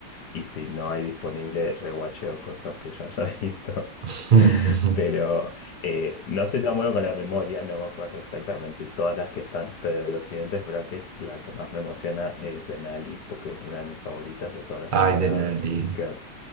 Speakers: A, on the left; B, on the right.
A: Y si no hay disponible, rewatcheo cosas que ya haya <laughs> visto.
B: <laughs>
A: Pero eh, no soy tan bueno con la memoria, no me acuerdo exactamente todas las que están, pero de los siguientes brackets, la que más me emociona es Denali, porque es una de mis favoritas de todas las temporadas.
B: Ay, de Nati.
A: ¿Qué-